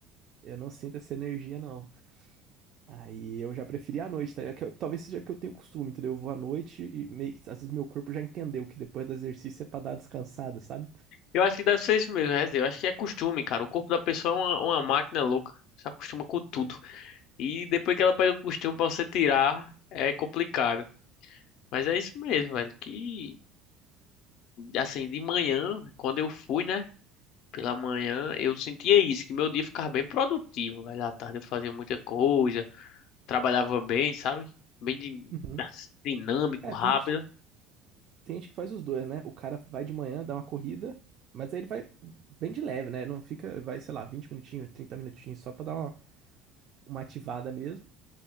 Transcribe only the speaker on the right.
Eu não sinto essa energia, não. Aí eu já preferi à noite, tá? ligado? Que eu- talvez seja que eu tenho costume, entendeu? Eu vou à noite e meio que, às vezes meu corpo já entendeu que depois do exercício é pra dar uma descansada, sabe?
Uhum.
É,
tem gente, tem gente que faz os dois, né? O cara vai de manhã, dá uma corrida, mas aí ele vai bem de leve, né? Não fica, vai, sei lá, 20 minutinhos, 30 minutinhos só pra dar uma uma ativada mesmo.